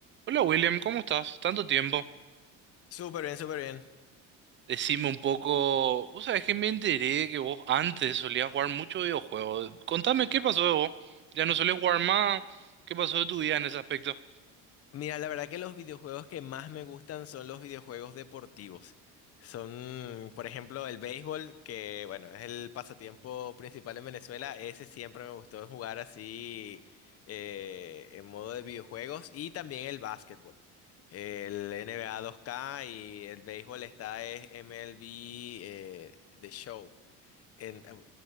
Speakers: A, on the right; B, on the left.
A: Hola William, ¿cómo estás? Tanto tiempo.
B: Súper bien, súper bien.
A: Decime un poco, vos sabés que me enteré que vos antes solías jugar mucho videojuegos. Contame qué pasó de vos. Ya no solés jugar más. ¿Qué pasó de tu vida en ese aspecto?
B: Mira, la verdad que los videojuegos que más me gustan son los videojuegos deportivos. Son, por ejemplo, el béisbol, que bueno, es el pasatiempo principal en Venezuela. Ese siempre me gustó jugar así eh, en modo de videojuegos. Y también el básquetbol. El NBA 2K y el béisbol está es MLB eh, The Show. en- eh,